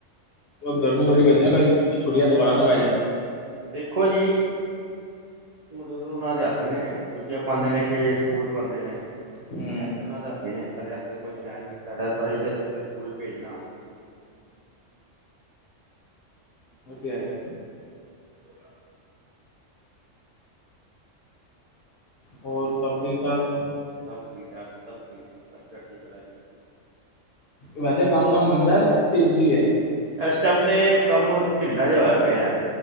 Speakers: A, on the left (about 60°); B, on the right (about 75°).
A: ਕਿਉਂਕਿ ਗਰਮੀ ਬੜੀ ਪੈਂਦੀ ਐ ਨਾ ਛੁੱਟੀਆਂ ਦੁਬਾਰਾ ਨਾ ਪੈ ਜਾਣ।
B: ਦੇਖੋ ਜੀ ਉਹਨਾਂ ਦੇ ਹੱਥ ਨੇ ਛੁੱਟੀਆਂ
A: ਹੂੰ
B: ਪਾਦੇ ਨੇ ਕਿ ਸਕੂਲ ਬੁਲਾਉਂਦੇ ਨੇ
A: ਹੂੰ
B: ਐਹ ਤਾਂ ਉਹਨਾਂ ਦੇ ਹੱਥ ਐ ਨਾ, ਸਾਡੇ ਹੱਥ ਕੁਛ ਹੈ ਨੀ ਸਾਡਾ
A: ਹਾਂ
B: ਫਰਜ ਏ ਬੱਚਾ ਸਕੂਲ ਭੇਜਣਾ।
A: ਉਹ ਤੇ ਹੈ ਹੀ।
B: ਹੋ
A: ਹੋਰ ਸਭ ਠੀਕ-ਠਾਕ?
B: ਸਭ ਠੀਕ-ਠਾਕ ਸਭ ਠੀਕ, ਸਭ ਚੜਦੀ ਕਲਾ।
A: ਵੈਸੇ ਕੰਮ ਦਾ ਐ ਮੰਦਾ ਤੇਜ਼ੀ ਐ।
B: ਐਸ ਟੈਮ ਤੇ ਕੰਮ ਢਿੱਲਾ ਜਾ ਹੋਇਆ ਪਿਆ।